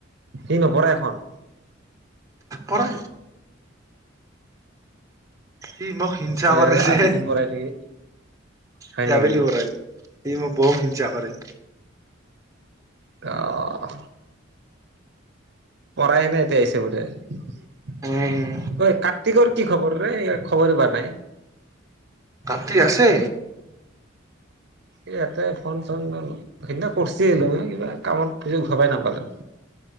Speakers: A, on the right; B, on the right.
A: সি নপৰে এখন
B: পৰা সি মোক হিংসা
A: সি
B: কৰিছে,
A: আবেলি
B: যে
A: পঢ়াই নেকি হয়
B: সি
A: নেকি
B: আবেলি কৰাই, সি মোক বৰ হিংসা কৰে।
A: অ <unintelligible> নৰ এতিয়া আহিছে বোলে, ঐ
B: উম
A: কাৰ্তিকৰ কি খবৰ‌ ৰে খবৰ ববৰ নাই।
B: কাটি আছে
A: ইয়াতে ফোন চোন কৰিছিলোঁ, কিবা কামত ভবাই নাপালোঁ,